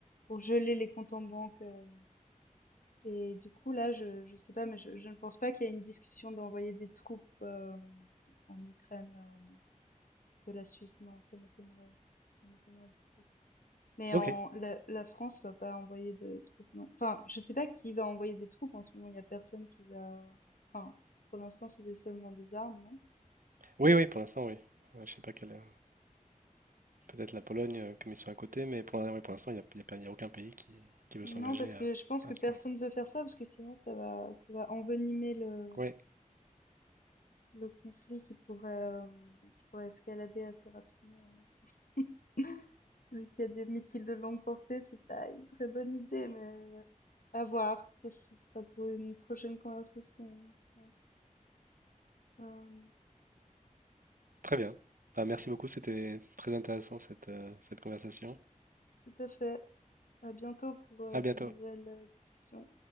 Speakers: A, on the left (about 85°); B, on the right (about 80°).
A: pour geler les comptes en banque euh, et du coup, là, je je sais pas, mais je je ne pense pas qu'il y ait une discussion d'envoyer des troupes, heu, en Ukraine, heu, de la Suisse. Non, ça m'étonnerait ça m'étonnerait beaucoup. Mais
B: Ok.
A: en la la France va pas envoyer de troupes, non. Enfin, je sais pas qui va envoyer des troupes en ce moment, il y a personne qui va enfin, pour l'instant, c'est des seulement des armes, non?
B: Oui, oui, pour l'instant, oui. Euh, Je sais pas quelle, euh, peut-être la Pologne, euh, comme ils sont à côté, mais pour, l'in- oui, pour l'instant, il n'y a, il y a pas, il y a aucun pays qui, qui veut
A: Non,
B: s'engager
A: parce
B: à,
A: que je pense que
B: à
A: personne
B: ça.
A: veut faire ça, parce que sinon ça va ça va envenimer le
B: Oui,
A: le conflit qui pourrait, hem, qui pourrait escalader assez rapidement. <laughs> Vu qu'il y a des missiles de longue portée, c'est pas une très bonne idée, mais ouais. À voir. Ça, ce sera pour une prochaine conversation, je pense. Euh,
B: très bien. Bah, merci beaucoup, c'était très intéressant cette, euh, cette conversation.
A: tout à fait. À bientôt pour euh,
B: À
A: de
B: bientôt.
A: nouvelles euh, discussions.